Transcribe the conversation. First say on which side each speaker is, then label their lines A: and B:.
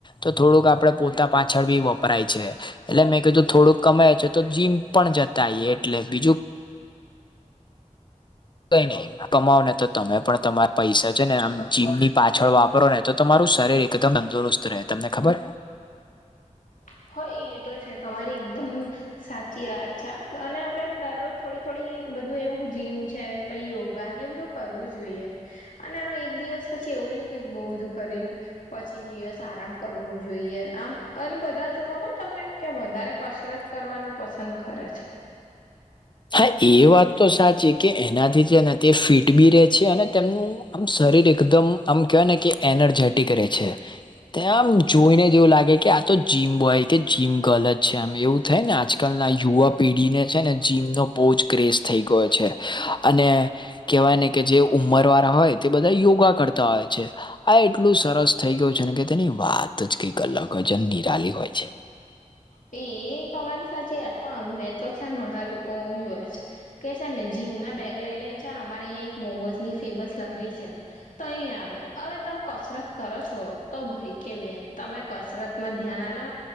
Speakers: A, on the left; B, on the left.
A: તો થોડુંક આપડે પોતા પાછળ ભી વપરાય છે એટલે મેં કીધું થોડુંક કમાય છે તો જીમ પણ જતાય એટલે બીજું કઈ ની કમાવ ને તો તમે પણ તમારા પૈસા છે ને આમ જીમની પાછળ વાપરો ને તો તમારું શરીર એકદમ તંદુરસ્ત રહે તમને ખબર
B: <inaudible> હ એ તો છે તમારી એકદમ સાચી અચ્છા અને આપડે એમ દરરોજ થોડી થોડી બધું એવું જીમ છે છે પહી યોગા એ બધું કરવું જોઈએ અને આ એક દિવસ પછી એવું ની કે બહુ બધું કરીને પછી દિવસ આરામ કરવું જોઈએ આમ અને બધા તો ખબર તમને કે વધારે કસરત કરવાનું પસંદ કરે છે
A: હા એ વાત તો સાચી કે એનાથી જે ને તે ફીટ બી ર છે અને તેમનું આમ શરીર એકદમ આમ કવાય ને કે એનર્જેટિક રે છે તેમ જોઈને જ એવું લાગે કે આ તો જીમ બોય કે જીમ ગલ જ છે આમ એવું થાય ને આજકાલના યુવા પેઢીને છે ને જીમનો બહુ જ ક્રેઝ થઈ ગયો છે અને કેવાય ને કે જે ઉમર વાળા હોય તે બધા યોગા કરતા હોય છે આ એટલું સરસ થઈ ગયું છે ને કે તેની વાત જ કઈક અલગ હોય છે નિરાલી હોય છે
B: એ તમારી સાચી વાત પણ મેં તો છે ને ઘણા લોકો જોયા છે કે છે ને જીમ ના બેગ લઇ લઈને છે ને અમારે અહીંયા એક મોમોઝ ની ફેમસ લહરી છે તહી આવે હવે તમે કસરત કરો છો તો ભય કે બેન તમે કસરત માં ધ્યાન આ લોને